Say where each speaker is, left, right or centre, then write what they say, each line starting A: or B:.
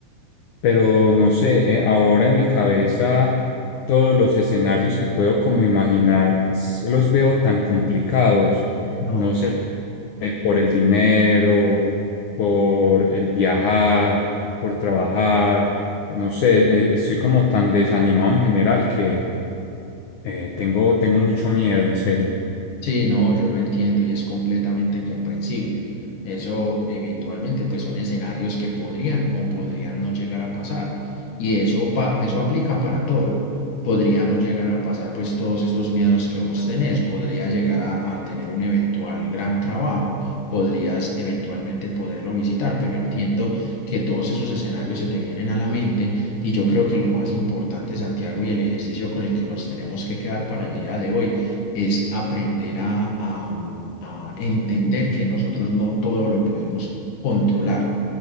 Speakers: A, on the left (about 80°); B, on the left (about 55°).
A: pero no sé, eh, ahora en mi cabeza todos los escenarios que puedo como imaginar s- los veo tan complicados,
B: No.
A: no sé, eh, por el dinero, por el viajar, por trabajar, no sé, eh, estoy como tan desanimado en general que eh, tengo, tengo mucho miedo, en serio.
B: Sí, no, yo lo entiendo y es completamente comprensible. Eso eventualmente pues son escenarios que podrían o podrían no llegar a pasar. Y eso, pa- eso aplica para todo. Podría no llegar a pasar pues todos estos miedos que vos tenés. Podría llegar a, a tener un eventual gran trabajo. Podrías eventualmente poderlo visitar, pero entiendo que todos esos escenarios se te vienen a la mente y yo creo que lo más importante, Santiago, y el ejercicio con el que nos tenemos que quedar para el día de hoy es aprender a, a- a entender que nosotros no todo lo podemos controlar.